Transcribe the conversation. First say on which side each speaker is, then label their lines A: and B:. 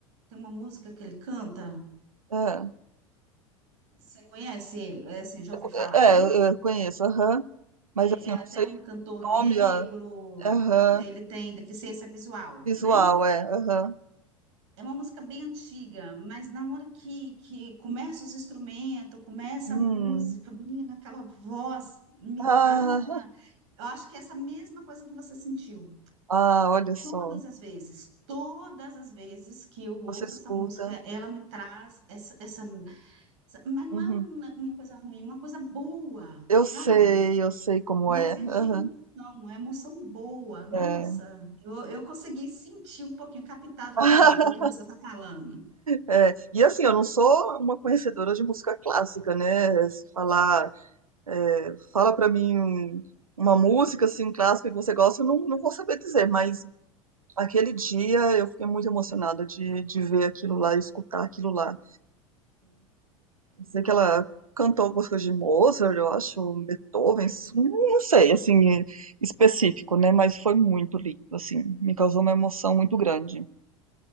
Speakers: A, on the right; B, on the right.
A: tem uma música que ele canta.
B: é.
A: Você conhece ele? É assim, já ouvi falar,
B: É,
A: né?
B: é, eu eu conheço, aham. Mas,
A: É,
B: assim,
A: é
B: eu
A: até
B: não sei
A: um cantor
B: o
A: negro,
B: nome. ah, Aham.
A: ele tem deficiência visual,
B: Visual,
A: né?
B: é. Aham.
A: É uma música bem antiga, mas na hora que, que começa os instrumentos, começa
B: Hum.
A: a música, menina, aquela voz me
B: Ah,
A: dá uma. Eu acho que é essa mesma coisa que você sentiu.
B: ah, olha só.
A: Todas as vezes, todas as vezes que eu ouço
B: Você escuta.
A: essa música, ela me traz essa, essa, essa- mas não
B: Uhum.
A: é uma, uma coisa ruim, é uma coisa boa,
B: Eu
A: sabe?
B: sei, eu sei como
A: Mas
B: é.
A: é de
B: Aham.
A: emoção, é emoção boa. Nossa,
B: É.
A: eu, eu consegui sentir um pouquinho, captar do
B: <laughs>
A: que, do que você está falando.
B: É, e assim, eu não sou uma conhecedora de música clássica, né? Se falar, é, fala pra mim um- uma música assim clássica que você gosta, eu não, não vou saber dizer, mas aquele dia eu fiquei muito emocionada de, de ver aquilo lá, escutar aquilo lá. Sei que ela cantou algumas coisas de Mozart, eu acho, Beethoven, s- não sei, assim, é, específico, né? Mas foi muito lindo, assim, me causou uma emoção muito grande.